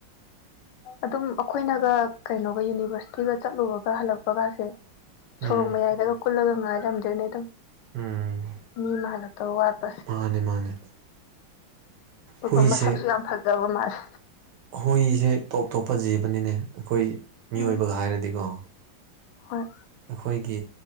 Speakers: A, on the left; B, on the right.
A: ꯑꯗꯨꯝ ꯑꯩꯈꯣꯏꯅꯒ ꯀꯩꯅꯣꯒ ꯌꯨꯅꯤꯚꯔꯁꯤꯇꯤꯒ ꯆꯠꯂꯨꯔꯒ ꯍꯜꯂꯛꯄꯒꯥꯁꯦ
B: ꯎꯝ
A: ꯁꯣꯔꯣꯛ ꯃꯌꯥꯏꯗꯒ ꯀꯨꯜꯂꯒ ꯉꯥꯏꯔꯝꯗꯣꯏꯅꯦ ꯑꯗꯨꯝ
B: ꯎꯨꯝ
A: ꯃꯤ ꯃꯥꯂ ꯇꯧ ꯋꯥꯄꯁ
B: ꯃꯥꯅꯦ ꯃꯥꯅꯦ
A: ꯑꯗꯨꯒ
B: ꯍꯏꯁ
A: ꯃꯁꯛꯁꯨ ꯌꯥꯝ ꯐꯖꯕ ꯃꯥꯜꯂꯦ
B: ꯍꯏꯁ ꯇꯞ ꯑꯇꯣꯞꯄ ꯖꯤꯕꯅꯤꯅꯦ ꯑꯩꯈꯣꯏ ꯃꯤꯑꯣꯏꯕꯒ
A: ꯎꯝ
B: ꯍꯥꯏꯔꯗꯤꯀꯣ
A: ꯍꯣꯏ
B: ꯑꯩꯈꯣꯏꯒꯤ